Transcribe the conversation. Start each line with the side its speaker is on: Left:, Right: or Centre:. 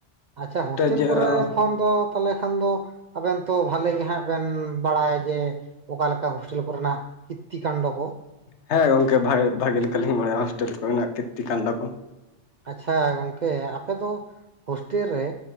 Right: ᱟᱪᱪᱷᱟ ᱦᱳᱥᱴᱮᱞ
Left: ᱡᱤᱭᱚᱱ
Right: ᱠᱚᱨᱮ
Left: ᱨᱮᱦᱚᱸ
Right: ᱠᱷᱚᱱ ᱛᱚ ᱛᱟᱦᱞᱮ ᱠᱷᱟᱱ ᱫᱚ ᱟᱵᱮᱱ ᱛᱚ ᱵᱷᱟᱞᱮ ᱜᱮ ᱦᱟᱸᱜ ᱵᱮᱱ ᱵᱟᱲᱟᱭ ᱜᱮ ᱚᱠᱟ ᱞᱮᱠᱟ ᱦᱳᱥᱴᱮᱞ ᱠᱚᱨᱮᱱᱟᱜ ᱠᱤᱨᱛᱤ ᱠᱟᱱᱰᱚ ᱠᱚ᱾
Left: ᱦᱮᱸ ᱜᱚᱢᱠᱮ ᱵᱷᱟ ᱵᱷᱟᱜᱮ ᱞᱮᱠᱟ ᱞᱤᱧ ᱵᱟᱲᱟᱭᱟ ᱦᱳᱥᱴᱮᱞ ᱠᱚᱨᱮᱱᱟᱜ ᱠᱤᱨᱛᱤ ᱠᱟᱱᱰᱚ ᱠᱚ᱾
Right: ᱟᱪᱪᱷᱟ ᱜᱚᱝᱠᱮ ᱟᱯᱮ ᱫᱚ ᱦᱳᱥᱴᱮᱞ ᱨᱮ